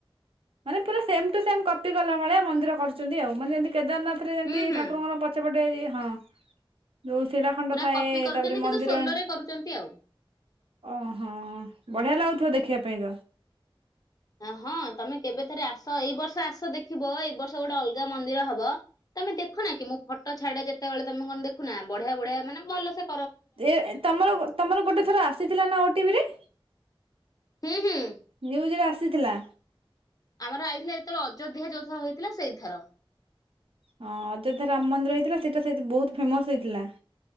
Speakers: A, on the right; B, on the left.
A: ମାନେ ପୁରା ସେମଟୁ ସେମ କପି ଗଲା ଭଳିଆ ମନ୍ଦିର କରୁଛନ୍ତି ଆଉ ମାନେ ଯେମିତି କେଦାରନାଥରେ ଯେମିତି
B: ହୁଁ ହୁଁ
A: ଠାକୁଙ୍କର ପଛପଟେ ହଁ ଯୋଉ ଶିଳାଖଣ୍ଡ
B: ପୁରା
A: ଥାଏ
B: କପି କରୁଛନ୍ତି
A: ତାପରେ ମନ୍ଦିର
B: କିନ୍ତୁ ସୋଲୋ ରେ କରୁଛନ୍ତି ଆଉ।
A: ଓହୋ ବଢିଆ ଲାଗୁଥିବ ଦେଖିବା ପାଇଁ ତ।
B: ହଁ ତମେ କେବେ ଥରେ ଆସ ଏଇ ବର୍ଷ ଆସ ଦେଖିବ ଏଇ ବର୍ଷ ଗୋଟେ ଅଲଗା ମନ୍ଦିର ହବ। ତମେ ଦେଖୁନା କି ମୁଁ ଫଟୋ ଛାଡେ ଯେତେବେଳେ ତମେ କଣ ଦେଖୁନା ବଢିଆ ବଢିଆ ମାନେ ଭଲସେ।
A: ଏ ତମର ତମର ଗୋଟେ ଥର ଆସିଥିଲା ନା ଓଟିଭିି ରେ।
B: ହୁଁ, ହୁଁ।
A: ନ୍ୟୁଜରେ ଆସିଥିଲା।
B: ଆମର ଆଇଥିଲା ଯେତେବେଳେ ଅଯୋଧ୍ୟା ଯୋଉଥର ହେଇଥିଲା ସେଇଥର।
A: ହଁ ଅଯୋଧ୍ୟା ରାମ ମନ୍ଦିର ହେଇଥିଲା ସେଇଟା ସେଇ ବହୁତ ଫେମସ ହେଇଥିଲା।